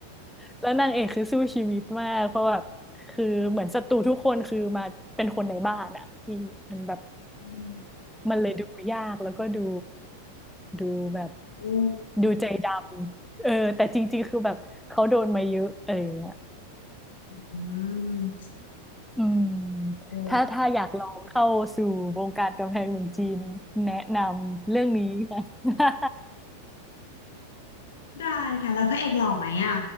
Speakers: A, in the centre; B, on the left.
A: แล้วนางเอกคือสู้ชีวิตมากเพราะแบบคือเหมือนศัตรูทุกคนคือมาเป็นคนในบ้านอ่ะที่มันแบบ
B: อืม
A: มันเลยดูยากแล้วก็ดูดูแบบ
B: โอ้
A: ดูใจดำเออแต่จริงๆคือแบบเขาโดนมาเยอะอะไรอย่างเงี้ย
B: อืม
A: อืม
B: โอ้
A: ถ้าถ้าอยากลองเข้าสู่วงการกำแพงเมืองจีนแนะนำเรื่องนี้ <laughs> ค่ะ
B: ได้ค่ะแล้วพระเอกหล่อไหมอ่ะ